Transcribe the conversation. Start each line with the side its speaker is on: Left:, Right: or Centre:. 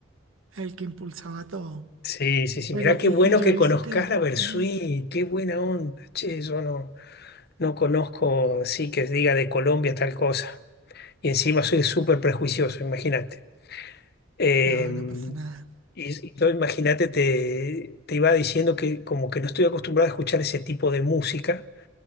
Right: el que impulsaba todo.
Left: Sí, sí, sí,
Right: Pero,
Left: mirá qué
Right: y,
Left: bueno
Right: y yo
Left: que
Right: he visto
Left: conozcas
Right: que él
Left: la Bersuit,
Right: tiene eso.
Left: qué buena onda. Che, yo no, no conozco, sí, que diga de Colombia tal cosa. Y encima soy súper prejuicioso, imagínate. Eh,
Right: No, no pasa nada.
Left: y, y todo, imagínate, te, te iba diciendo que como que no estoy acostumbrado a escuchar ese tipo de música